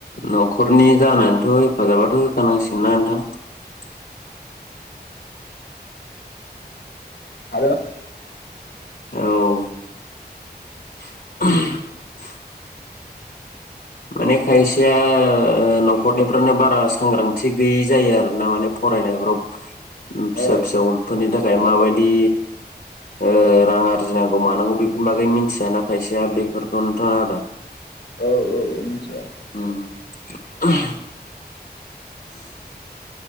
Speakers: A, on the left; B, on the left.
A: नखरनि जानानैथ हेफाजाबाथ होखानांसिगोनना नोंथां
B: <unintelligible>
A: औ <unintelligible> माने खायसेया ओ नखरनिफ्रानो बारा सांग्रांथि गैयि जायो आरोना माने फरायनायफ्राव, ओ फिसा
B: औ
A: फिसा <unintelligible> फोरनि थाखाय माबायदि ओ रां आरजिनांगौ मानांगौ बेफोरनि बागै मिथियाना खायसेया बेफोरखौनोथ' आरो
B: औ औ मिथिया
A: उम <unintelligible> <inaudible>